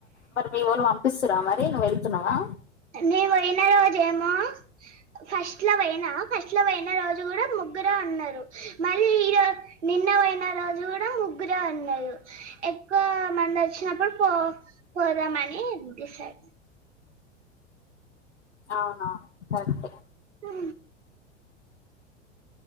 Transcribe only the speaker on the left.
మరి మీ వాళ్ళు పంపిస్తురా మరి నువ్వు వెళ్తున్నావా
అవునవును కరెక్టే